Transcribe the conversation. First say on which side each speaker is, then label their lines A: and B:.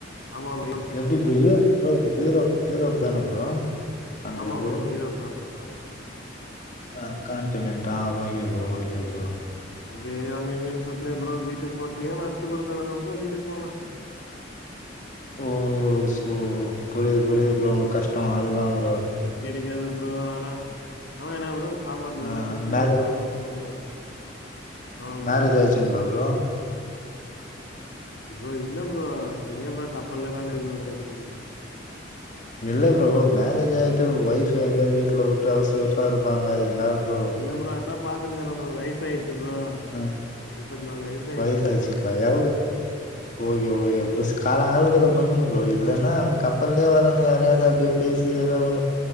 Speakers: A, on the left (about 65°); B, on the left (about 40°).
A: ஆமா உள்ள
B: எப்டி ப்ரோ இது ப்ரோ யூரோப் யூரோப் தான ப்ரோ அந்த
A: ஆமா
B: இது
A: ப்ரோ ஈரோப் தா ப்ரோ
B: ஆ காண்டினன்டா ஓகே ப்ரோ ஓகே ப்ரோ
A: அப்டியே அங்க இங்கன்னு சுத்தினே ப்ரோ வீட்டுக்கு போறத்துக்கே வருசத்துக்கு ஒரு தடவ ப்ரோ வீட்டுக்கு போவே
B: <inaudible> ஓ சோ புரிது புரிது ப்ரோ கஷ்டோ அதுதா ப்ரோ
A: நெட்டு கெடைக்காது ப்ரோ ஆனா ஆனா என்னா ப்ரோ சாப்பாடு நல்லா
B: ஆ
A: செஞ்சு
B: மேரேஜ்
A: சாப்டுனு இருப்பே ப்ரோ ஆமா ப்ரோ
B: மேரேஜ் ஆயிருச்சுங்களா ப்ரோ
A: ப்ரோ இல்ல ப்ரோ எங்க ப்ரோ கப்பல்லதான இருக்குறோ <unintelligible>
B: இல்ல ப்ரோ மேரேஜ் ஆய்டா ஒய்ஃப் எங்கயாவது வீட்ல விட்டு ஹவுஸ் ஒய்ஃபா இருப்பாங்க என்னா ப்ரோ
A: இல்ல ப்ரோ அதா பாத்துனுகுரே ப்ரோ வயசாய்றுச்சு ப்ரோ
B: ஆ
A: முப்பத்தி நாலு வய்சு
B: வயசாயிடுச்ங்களா எவ்ளோ ஓகே ஓகே ப்ரோஸ் கால காலத்துல பண்ணுங்க ப்ரோ இல்லன்னா அங்க கப்பல்லயே வரவங்க யாரயாவது அப்டியே பேசி ஏதோ ஒன்னு